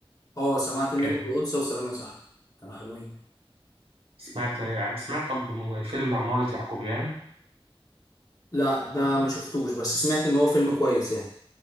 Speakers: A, on the left; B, on the right.
A: اه سمعت النمر
B: كده
A: والانثى وسلام يا صاحبي كانوا حلوين
B: سمعت يعني سمعت طب م- فيلم عمارة يعقوبيان
A: لا ده ما شفتوش بس سمعت ان هو فيلم كويس يعني